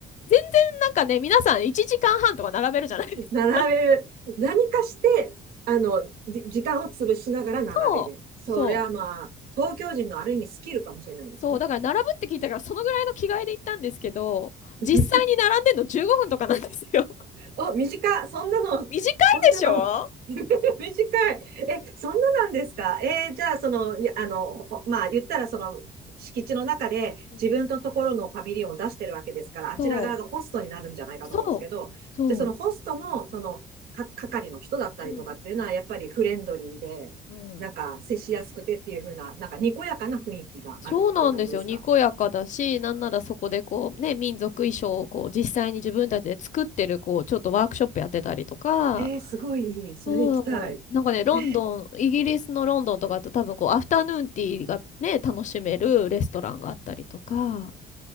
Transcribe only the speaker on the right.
<laughs> 並べる。何かして、あの、じ時間を潰しながら並べる。
それはまあ、
東京人のある意味スキルかもしれないですね。
<laughs>
お、お、短い。そんなの、
そんなの、<laughs> 短い。え、そんななんですかえーじゃあ、その、いやあの、おまあ、言ったら、その、敷地の中で自分のところのパビリオンを出してるわけですから、
あちら側がホストになるんじゃないかと思うんですけど、
で、そのホストの、その、か、係の人だったりとかっていうのは、
やっぱりフレンドリーで、
なんか、接しやすくてっていう風な、なんか、にこやかな雰囲気があるっていう感じですか
えー、すごいいい。それ行きたい。
え